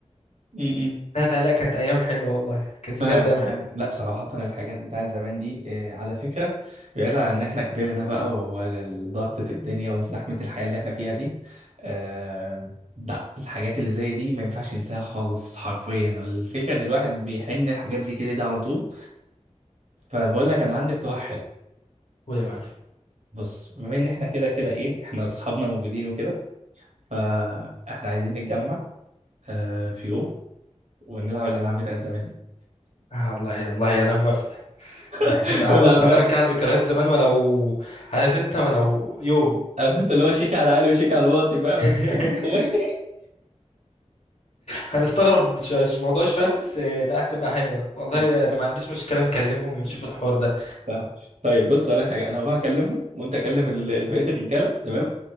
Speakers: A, on the right; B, on the left.
A: م-م.
B: لا لا لا كانت ايام حلوه والله كانت
A: فاهم
B: بجد ايام حلوه
A: فاهم لا صراحة الحاجات بتاعت زمان دي آه، على فكرة بعيدا عن ان احنا كبرنا بقى وضغطة الدنيا وزحمة الحياة اللي احنا فيها دي آه، لا الحاجات اللي زي دي ما ينفعش ينساها خالص حرفيا الفكرة ان الواحد بيحن الحاجات زي كده دي على طول فبقول لك انا عندي اقتراح حلو
B: ويا معلم
A: بص بما ان احنا كده كده ايه احنا اصحابنا موجودين وكده فاحنا عايزين نتجمع آه، في يوم ونلعب الالعاب بتاعت زمان دي
B: آه والله والله انا موافق ده
A: <laughs>
B: هنبقى
A: والعب
B: بص هنرجع ذكريات زمان ولو عارف انت ولو يوم
A: عارف انت اللي هو شيك على علي وشيك على الواطي بقى
B: <laughs>
A: والدنيا مستوية.
B: هنستغرب ش- ش- موضوع شوية بس آه، لا هتبقى حلوة والله
A: قشطة.
B: انا ما عنديش مشكلة نكلمهم ونشوف
A: <laughs>
B: الحوار ده
A: فاهم طيب بص اقول لك حاجه انا هروح اكلمهم وانت كلم ال- بقيه الرجاله تمام